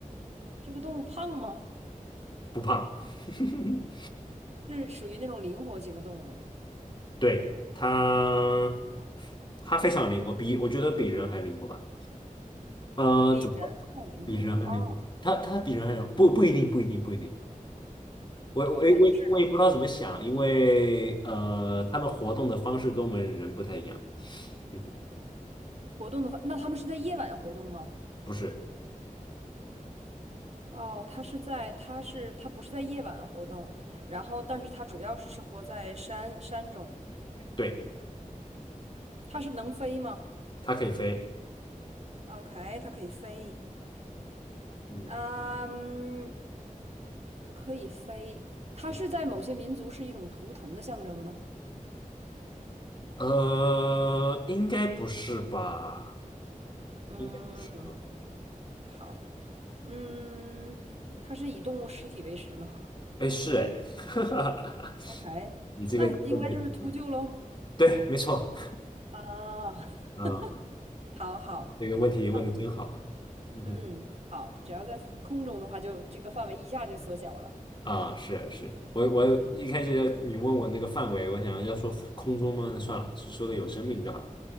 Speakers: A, on the right; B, on the left.
A: 这个动物胖吗？
B: 不胖。<laughs>
A: 是属于那种灵活型的动物，
B: 对，它，它非常灵活，比我觉得比人还灵活吧。呃，
A: 比人还灵活哦。
B: 怎么说比人还灵活？它它比人还灵活不不一定，不一定，不一定。我我也我也我也不知道怎么想，
A: OK，就是
B: 因为呃，他们活动的方式跟我们人不太一样。<laughs>
A: 活动的话，那它们是在夜晚活动吗？
B: 不是，
A: 哦，它是在，它是，它不是在夜晚活动，然后，但是它主要是生活在山山中。
B: 对，
A: 它是能飞吗
B: 它可以飞。
A: ？OK，它可以飞，
B: 嗯，
A: 啊嗯，可以飞。它是在某些民族是一种图腾的象征吗？
B: 嗯呃，应该不是吧？
A: 嗯，
B: 应该不是哦。
A: 好，嗯，它是以动物尸体为食吗？
B: 哎，是哎，<laughs>
A: OK，那应该就是秃鹫喽。
B: 问的对，没错。
A: 啊，
B: 嗯，
A: <laughs> 好好，
B: 这个问题问的真好。
A: 哦，
B: 嗯哼，
A: 嗯，好，只要在空中的话就，这个范围一下就缩小了。
B: 啊，是是，我我一开始你问我那个范围，我想要说空中吗？那算了，是说个有生命就好。